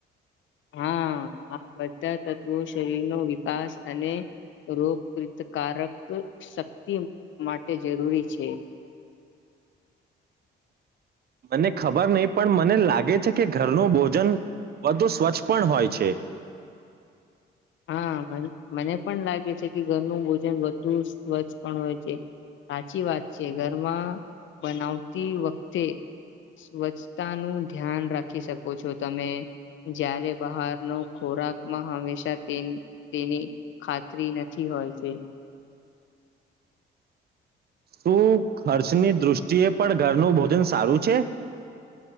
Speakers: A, on the left; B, on the right.
A: હા આ બધા તત્વો શરીરનો વિકાસ અને રોગપ્રતિકારક શક્તિ માટે જરૂરી છે.
B: મને ખબર નહી પણ મને લાગે છે કે, ઘરનું ભોજન વધુ સ્વચ્છ પણ હોય છે.
A: હા ભાઇ. મન મને પણ લાગે છે કે ઘરનું ભોજન વધુ સ્વચ્છ પણ હોય છે. સાચી વાત છે. ઘરમાં બનાવતી વખતે સ્વચ્છતાનું ધ્યાન રાખી શકો છો તમે. જ્યારે બહારનો ખોરાકમાં હંમેશા તેન તેની ખાતરી નથી હોતી.
B: શું ખર્ચની દૃષ્ટિએ પણ ઘરનું ભોજન સારું છે?